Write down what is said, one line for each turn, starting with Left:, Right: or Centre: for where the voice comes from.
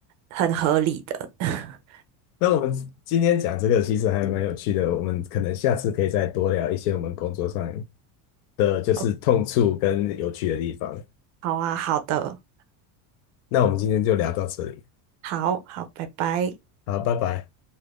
Right: 很合理的。<laughs>
Left: 那我们今天讲这个其实还蛮有趣的，我们可能下次可以再多聊一些我们工作上的就是痛处跟有趣的地方。
Right: 哦，好啊，好的，
Left: 那我们今天就聊到这里，
Right: 好好，拜拜。
Left: 好，拜拜。